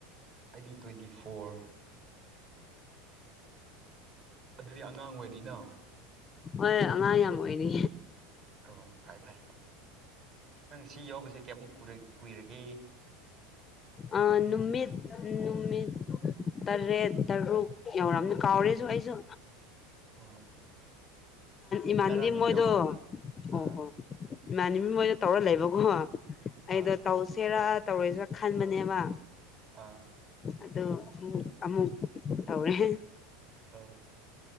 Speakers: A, on the right (about 45°); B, on the left (about 30°).
A: ꯑꯩꯗꯤ ꯇ꯭ꯋꯦꯟꯇꯤ ꯐꯣꯔ ꯑꯗꯨꯗꯤ ꯑꯉꯥꯡ ꯑꯣꯏꯔꯤꯅꯣ
B: ꯍꯣꯏꯣꯏ ꯑꯉꯥꯡ ꯌꯥꯝ ꯑꯣꯏꯅꯤ
A: ꯑꯣ ꯐꯩ ꯐꯩ ꯅꯪ ꯁꯤ ꯌꯥꯎꯕꯁꯦ ꯀꯌꯥꯃꯨꯛ ꯀꯨꯏꯔꯒꯦ
B: ꯑ ꯅꯨꯃꯤꯠ ꯅꯨꯃꯤꯠ ꯇꯔꯦꯠ ꯇꯔꯨꯛ ꯌꯧꯔꯝꯅ ꯀꯥꯎꯔꯦꯁꯨ ꯑꯩꯁꯨ
A: ꯑꯣ ꯑꯩꯗꯤ
B: ꯏꯃꯥꯟꯒꯤ
A: ꯉꯔꯥꯡꯅ
B: ꯃꯣꯏꯗꯣ
A: ꯌꯥꯎꯕꯅꯤ ꯑꯥ
B: ꯑꯣ ꯍ ꯏꯃꯥꯟꯅꯕꯤ ꯃꯣꯏꯅ ꯇꯧꯔ ꯂꯩꯕꯀꯣ ꯑꯩꯗꯣ
A: ꯑꯥ
B: ꯇꯧꯁꯦꯔꯥ ꯇꯧꯔꯣꯏꯁꯤꯔꯥ ꯈꯟꯕꯅꯦꯕ
A: ꯑꯥ
B: ꯑꯗꯣ ꯑꯃꯨꯛ ꯑꯃꯨꯛ ꯇꯧꯔꯦ
A: ꯑ